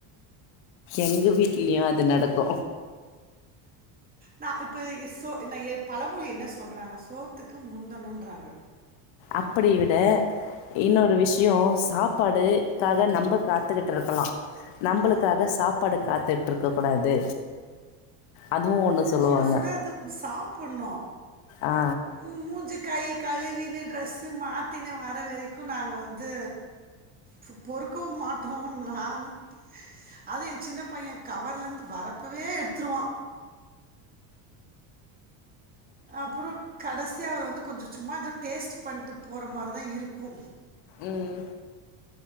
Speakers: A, on the left (about 65°); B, on the right (about 20°).
A: எங்க வீட்லியு அது நடக்கு
B: நா இப்ப இ சோ இன்னயே பழமொழி என்ன சொல்றாங்க சோத்துக்கு முந்தணுன்றாங்க
A: அப்படி விட இன்னொரு விஷ்யோ சாப்பாடு க்காக நம்ப காத்துக்கிட்ருக்குலா நம்புளுக்காக
B: ஆ
A: சாப்பாடு காத்துட்ருக்க கூடாது அதுவு ஒன்னு சொல்லுவாங்க
B: சுட சுட அது சாப்புண்ணு
A: ஆ
B: ம் மூஞ்சு கை கழுவி ட்ரெஸ்ஸு மாத்தினு வர வரைக்கு நாங்கு வந்து பொ பொறுக்கவு மாட்டோ நானு அது எ சின்ன பைய கவர்லந்து வரப்புவே எடுத்துருவா அப்பறோ கடசி யா அவரு வந்து கொஞ்ச சும்மா எதோ டேஸ்ட் பண்ட்டு போற மாருதா இருக்கு
A: ம்